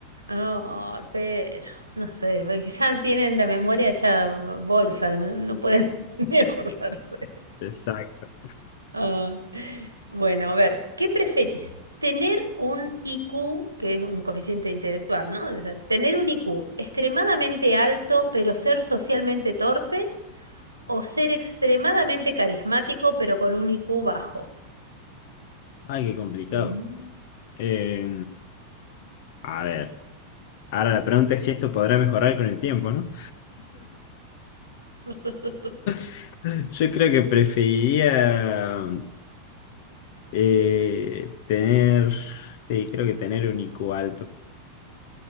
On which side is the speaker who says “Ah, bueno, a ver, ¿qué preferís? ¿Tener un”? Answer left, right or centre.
Right